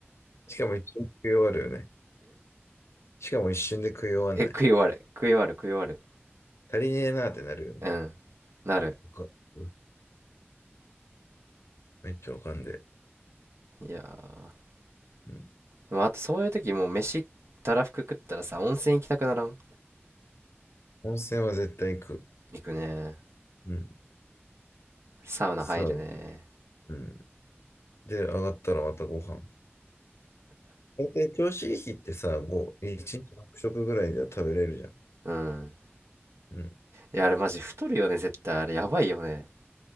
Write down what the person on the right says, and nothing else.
え、食い終わる。食い終わる、食い終わる。
うん。なる。
いやー。
でもあとそういう時もう飯、たらふく食ったらさ、温泉行きたくならん
行くね。
サウナ入るね。
うん。
いや、あれマジ太るよね、絶対。あれやばいよね。